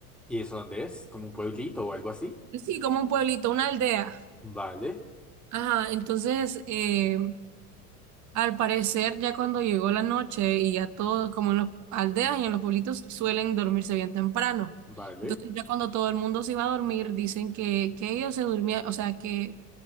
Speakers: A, in the centre; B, on the right (about 40°).
A: ¿Y eso dónde es? ¿Como un pueblito o algo así?
B: Sí, como un pueblito, una aldea.
A: Vale,
B: Ajá, entonces eh, Al parecer, ya cuando llegó la noche y ya todos, como en las aldeas y en los pueblitos, suelen dormirse bien temprano.
A: vale.
B: Entonces, ya cuando todo el mundo se iba a dormir, dicen que, que ellos se durmían, o sea, que,